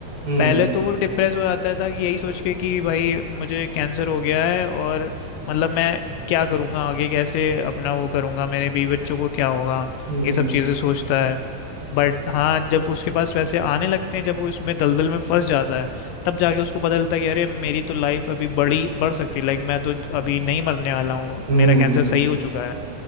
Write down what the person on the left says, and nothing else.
पहले तो वो डिप्रेस हो जाता था कि यही सोच के कि भाई मुझे कैंसर हो गया है और मतलब मैं क्या करूंगा आगे कैसे अपना वो करूंगा मेरे बीवी बच्चों को क्या होगा
ये सब चीजें सोचता है बट हाँ जब उसके पास पैसे आने लगते हैं जब वो इसमें दलदल में फंस जाता है तब जाके उसको पता चलता है कि अरे मेरी तो लाइफ अभी बड़ी बढ़ सकती है लाइक मैं तो अभी नहीं मरने वाला हूँ
मेरा कैंसर सही हो चुका है